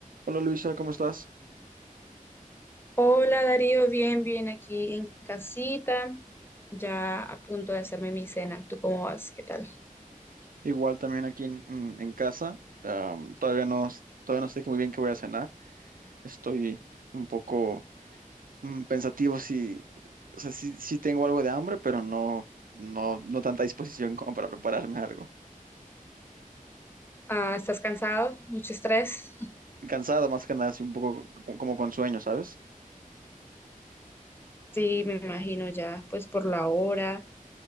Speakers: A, on the right; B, on the left.
A: Hola Luisa, ¿cómo estás?
B: Hola Darío, bien, bien aquí en casita, ya a punto de hacerme mi cena. ¿Tú cómo vas? ¿Qué tal?
A: Igual también aquí en, en- en casa. Am, todavía no, s- todavía no sé muy bien qué voy a cenar. Estoy un poco mm, pensativo si, o sea, sí, sí tengo algo de hambre, pero no, no, no tanta disposición <laughs> como para prepararme algo.
B: Ah, ¿estás cansado? ¿Mucho estrés? <laughs>
A: Cansado más que nada, así un poco co- como con sueño, ¿sabes?
B: Sí, me imagino ya, pues por la hora